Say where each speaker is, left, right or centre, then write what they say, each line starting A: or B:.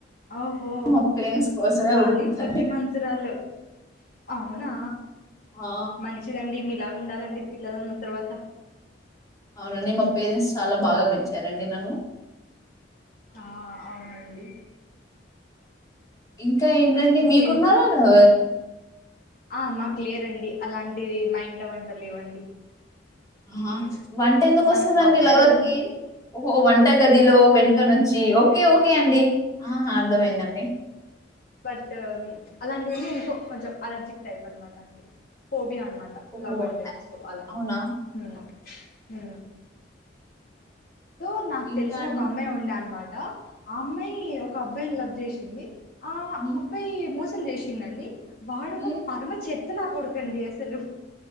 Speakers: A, on the left (about 55°); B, on the left (about 20°).
A: ఓహో
B: నేను మా పేరెంట్స్ కోసమే
A: బానే
B: బ్రతుకుతాండి
A: బుద్ధిమన్ తురాలు అవునా
B: ఆ
A: మంచిదండి మీ లాగ ఉండాలండి పిల్లలన్న తర్వాత
B: అవునండి మా పేరెంట్స్ చాలా బాగా పెంచారండి నన్ను
A: ఆ అవునండి
B: ఇంకా ఏంటండి
A: ఆ ఇంకేం
B: మీకున్నార లవర్
A: ఆ మాకు లేరండి అలాంటివి మా ఇంట వంట లేవండి
B: హా వంట ఎందుకు
A: మనం
B: వస్దండి
A: అబ్బాయిలం
B: లవర్ కి ఓహొ వంట గదిలో వెనుక నుంచ్ జీ ఓకే ఓకే అండి ఆ అర్థమయిందండి
A: బట్ అలాంటివన్నీ ఇంకో కొంచెం అలర్జిక్ టైప్ అనమాట అండి పోబియా అ మట
B: ఓహో
A: లవ్ అంటేనే సో అలా
B: అవునా
A: ఉమ్ ఉమ్ సో నాకు
B: ఇంకా
A: తెలిసిన
B: అండి
A: ఒక అమ్మాయి ఉండే అన్మాట హలో ఆ అమ్మాయి ఒక అబ్బాయిని లవ్ చేసింది ఆ
B: హ్మ్
A: అబ్బాయి మోస్ సమ్ చేసిండన్డి వాడుగా
B: హ్మ్
A: పరమ చెత్ త్త నాకొడుకన్డి అసలు